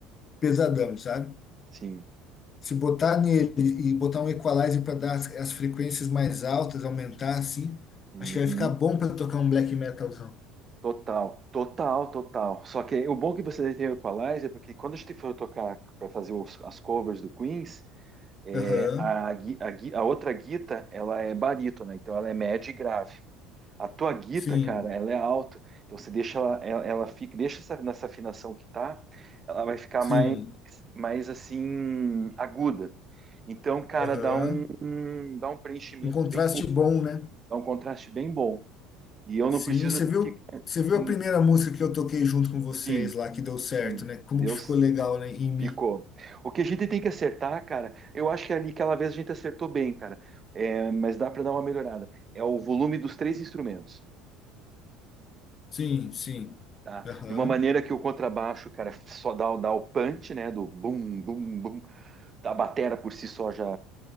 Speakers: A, on the left (about 40°); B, on the right (about 35°).
A: pesadão, sabe?
B: sim.
A: Se botar nele e botar um equalizer para dar as, as frequências mais altas, aumentar assim,
B: Uhum.
A: acho que vai ficar bom para tocar um black metalzão.
B: Total, total, total. Só que o bom que você tem o Equalizer é porque quando a gente for tocar para fazer os- as covers do Queens, é,
A: Aham,
B: a, gui- a, gui- a outra guita ela é barítono, então ela é média e grave. A tua guita,
A: Sim,
B: cara, ela é alto. Então você deixa ela, ela, ela fica, deixa essa, nessa afinação que tá, ela vai ficar
A: sim.
B: mais, mais assim aguda. Então, cara,
A: Aham.
B: dá um, um- dá um preenchimento
A: Um contraste
B: bem,
A: bom, né?
B: dá um contraste bem bom. E eu
A: Sim,
B: não preciso
A: você viu,
B: ficar,
A: você viu
B: hum,
A: a primeira música que eu toquei junto com vocês
B: sim,
A: lá, que deu certo,
B: sim,
A: né? Como
B: Deus
A: que ficou legal, né? Em mim.
B: ficou. O que a gente tem que acertar, cara, eu acho que é ali aquela vez a gente acertou bem, cara. É, mas dá para dar uma melhorada. É o volume dos três instrumentos.
A: Sim, sim.
B: tá?
A: Aham,
B: De uma maneira que o contrabaixo, cara, só dá, o- dá o punch, né? Do bum, bum, bum. A batera por si só já,